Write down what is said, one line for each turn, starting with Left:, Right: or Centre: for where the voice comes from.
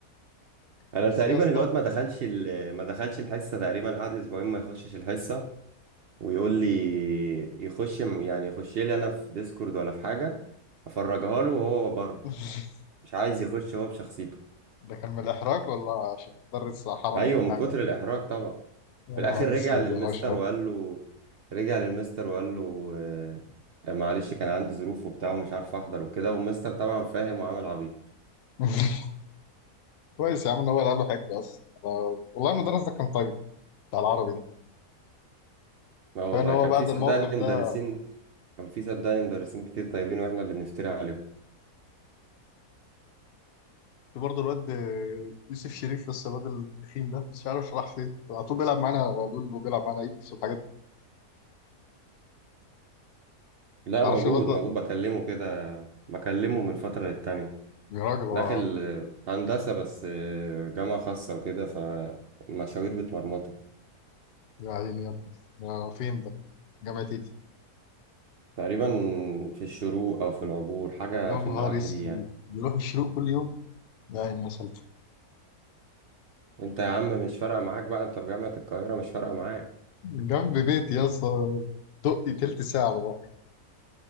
Right: انا
Left: بس
Right: تقريبا
Left: يا اسطى
Right: الواد ما دخلش ال- ما دخلش الحصه تقريبا قعد اسبوعين ما يخشش الحصه ويقول لي يخش يعني يخش لي انا في ديسكورد ولا في حاجه افرجها له وهو بره
Left: <laughs>
Right: مش عايز يخش هو بشخصيته
Left: ده كان من الإحراج ولا عشان مدرس حرمه
Right: ايوه
Left: من
Right: من
Left: حاجة؟
Right: كتر الاحراج طبعا
Left: يا
Right: في
Left: نهار
Right: الاخر رجع
Left: أسود
Right: للمستر
Left: يا أشرف
Right: وقال له رجع للمستر وقال له آه، معلش كان عندي ظروف وبتاع ومش عارف احضر وكده والمستر طبعا فاهم وعامل عبيط
Left: <laughs> كويس يا عم إن هو اللي قال له حاجة أصلا أنا- والله المدرس ده كان طيب بتاع العربي ده
Right: لا والله
Left: كفاية إن هو
Right: كان
Left: بعد
Right: في صدقني
Left: الموقف ده
Right: مدرسين كان في صدقني مدرسين كتير طيبين واحنا اللي بنفتري عليهم
Left: في برضه الواد آه، يوسف شريف لسه الواد التخين ده بس مش عارف راح فين على طول بيلعب معانا لول وبيلعب معانا ايدكس والحاجات دي ما
Right: لا
Left: تعرفش
Right: موجود
Left: الواد
Right: موجود
Left: ده
Right: بكلمه كده بكلمه من فترة للتانية
Left: يا راجل هو
Right: داخل في هندسة بس جامعة خاصة وكده فالمشاوير بتمرمطه
Left: يا عيني يا ابني ده فين ده جامعة ايدي
Right: تقريبا في الشروق أو في العبور حاجة
Left: يا
Right: في
Left: نهار
Right: النواحي
Left: اسود
Right: دي يعني
Left: بيروح الشروق كل يوم يا عيني يا سلطة
Right: أنت يا عم مش فارقة معاك بقى أنت في جامعة القاهرة مش فارقة معاك
Left: جنب بيتي يا اسطى دقي تلت ساعة بابا هناك